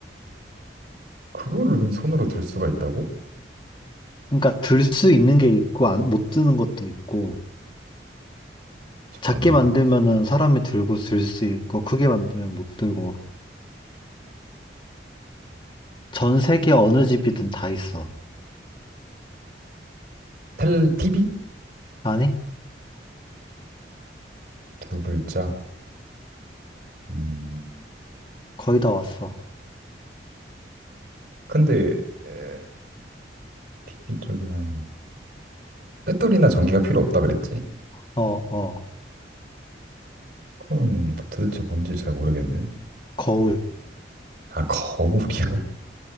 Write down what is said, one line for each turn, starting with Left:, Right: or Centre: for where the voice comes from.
Right: 그거를 근데 손으로 들 수가 있다고?
Left: 그러니까 들 수 있는 게 있고 안, 못 드는 것도 있고
Right: 잠깐만.
Left: 작게 만들면은 사람이 들고 들 수 있고 크게 만들면 못 들고 전 세계 어느 집이든 다 있어.
Right: 텔, TV?
Left: 아니?
Right: 두 글자. 음.
Left: 거의 다 왔어.
Right: 근데 에, TV 쪽이면 배터리나 전기가 필요 없다 그랬지.
Left: 어, 어.
Right: 그건 뭐 도대체 뭔지 잘 모르겠네.
Left: 거울.
Right: 아, 거울이야.